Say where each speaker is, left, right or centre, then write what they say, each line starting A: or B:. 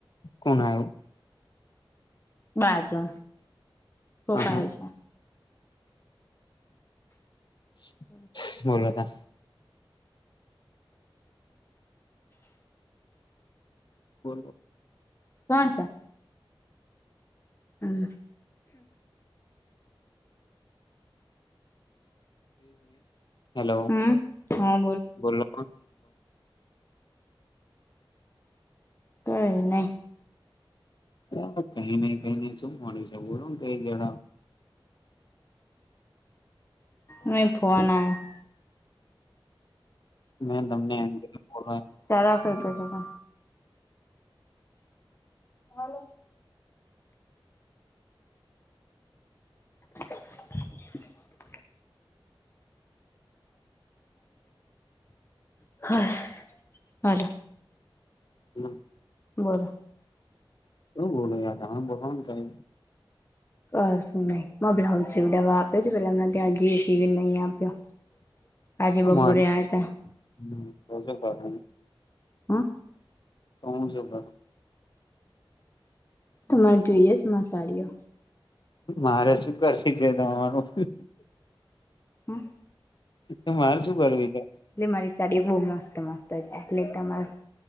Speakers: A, on the left; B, on the left.
A: કોણ આવ.
B: બાજુ કોઈક
A: હ
B: આયુ છે.
A: હ.
B: બ.
A: બોલતા બોલો
B: કોણ છે. હમ
A: હેલો
B: હમ હા
A: બોલો.
B: કઈ નઈ.
A: હ કઈ નઈ કઈ નઈ શું મળ્યું છે. બોલો કઈ ગેળ
B: મેં ફોન આયા
A: મેં, ધમને એ બોલ હું
B: ચરા ક ક છે. હલો <inaudible> હ હાલો
A: હમ
B: બોલો.
A: શુ બોલો તમે બોલેને
B: ક શું નહી બ્લાઉઝ સીવડાવવા આપ્યો છે. પેલામને ત્યાં અજી સીવી ને નહી આપ્યો.
A: <unintelligible>
B: આજે બપોરે આયા તા હા.
A: હમ સ પણ
B: તમારે જોઈએ જ મા સાડીઓ.
A: મારે શું કરશે છે. તમાનું
B: હા.
A: તું મારે શું કરવી છે.
B: એટલે મારી સાડીઓ બહુ મસ્ત મસ્ત છે. એટલે તમાર